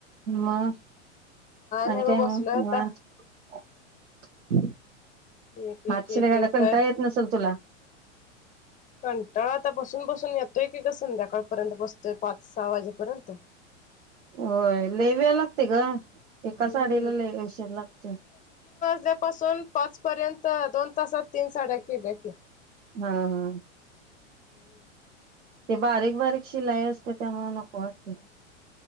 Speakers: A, on the right; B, on the left.
A: मग आणि
B: नाही बघ
A: काय मग
B: बसलोय
A: निवांत
B: आता
A: <inaudible>
B: एक
A: हातशिरा
B: एक एक
A: घायला
B: एक
A: कंटाळा
B: काय
A: येत नसल तुला?
B: कंटाळा आता बसून बसून येतोय की ग संध्याकाळपर्यंत बसतोय पाच सहा वाजेपर्यंत.
A: होय लई वेळ लागतोय ग. एका
B: हम्म
A: साडीला लई उशीर लागतोय.
B: तिनापाासून पाच पर्यंत दोन तासात तीन साड्या केल्या की.
A: हां हां
B: हम
A: ते बारीक बारीक शिलाई असते त्यामुळे नको वाटतय.